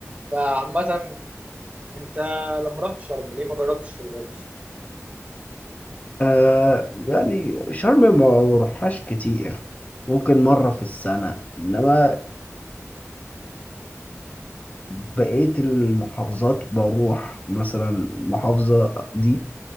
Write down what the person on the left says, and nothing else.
آه يعني شرم ما بروحهاش كتير ممكن مرة في السنة إنما بقية المحافظات بروح مثلا المحافظة دي